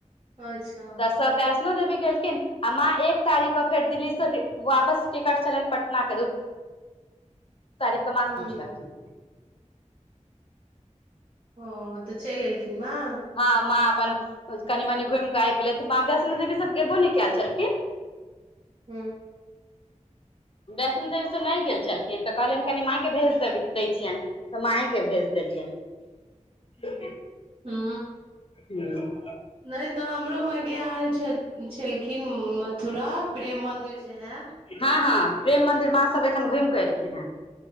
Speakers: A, on the right (about 45°); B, on the left (about 45°).
A: अच्छा
B: तऽ सब वैष्णो देवी गेलखिन आ माँ एक तारीख के फेर दिल्ली से वापस टिकट छलनि पटना क दू तारी कमास
A: हूँ
B: पूच ल छै
A: ओ तऽ चलि एलखिन मां
B: हँ माँ अपन कनि मनी घुमि कऽ आबि गेलै तऽ माँ वैष्णो देवी सब गेबो ने कयल छलखिन
A: हू
B: वैष्णो देवी से नहि गेल छलखिन तऽ कहलियनि कनि मायके भेज दे दै छियनि तऽ मायके भेज देलियनि
A: हू
B: ह
A: नहि तऽ हमरो मे गाय आयल छै छलखिन मथुरा प्रेम मन्दिर जे है
B: हँ हँ प्रेम मंदिर माँ सब एखन घुमिकऽ एलखिन ह